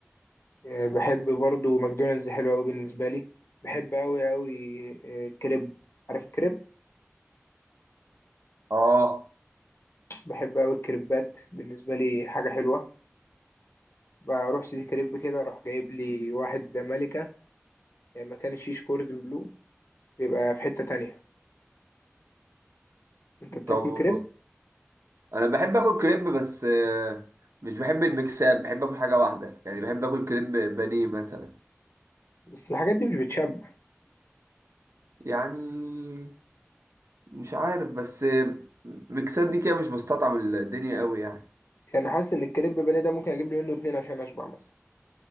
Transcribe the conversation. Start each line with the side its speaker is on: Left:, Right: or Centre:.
Left: آه، بحب برضو ماكدونالدز حلو قوي بالنسبه لي بحب قوي قوي آه، كريب عارف الكريب
Right: اه
Left: بحب قوي الكريبات بالنسبه لي حاجه حلوه بروح سيدي كريب كده اروح جايب لي واحد ملكة يعني مكان الشيش كوردن بلو بيبقى في حتة تانية انت بتاكل
Right: طب
Left: كريب
Right: انا بحب اكل كريب بس آه، مش بحب المكساب بحب اكل حاجه واحده يعني بحب اكل كريب بانيه مثلا
Left: بس الحاجات دي مش بتشبع
Right: يعني مش عارف بس آه، مكسات دي كده مش بستطعم الدنيا قوي يعني
Left: يعني حاسس ان الكريب بني ده ممكن اجيب لي منه اتنين عشان اشبع مثلا